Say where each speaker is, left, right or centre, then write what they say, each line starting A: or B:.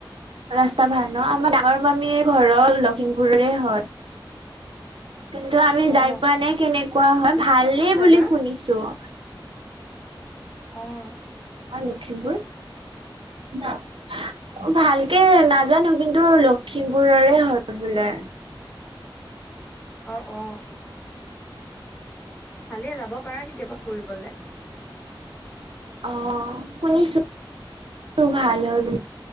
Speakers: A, on the right; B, on the left.
A: ৰাস্তা ভাল ন আমাৰ ডাঙৰ মামীৰ ঘৰৰ লখিমপুৰৰে হয়। কিন্তু আমি যাই
B: অ
A: পোৱা নাই কেনেকুৱা হয়
B: লখিমপুৰ
A: ভালেই
B: কোন জাগাৰ
A: বুলি শুনিছোঁ।
B: উম।
A: আমাৰ লখিমপুৰ <unintelligible> ভালকে নাজানো কিন্তু লখিমপুৰৰে হয় বোলে।
B: অ', অ'। ভালে যাব পাৰা কেতিয়াবা ফুৰিবলৈ।
A: অ', শুনিছোঁ ভাল হয় বুলি